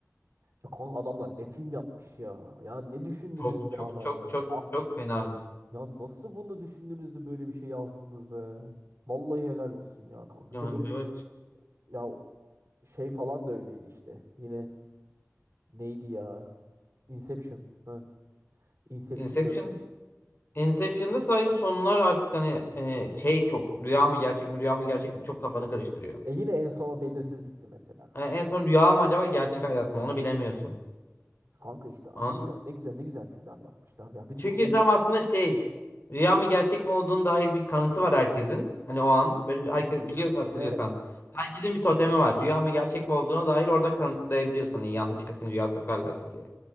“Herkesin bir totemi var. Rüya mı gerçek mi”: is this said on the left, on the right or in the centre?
Left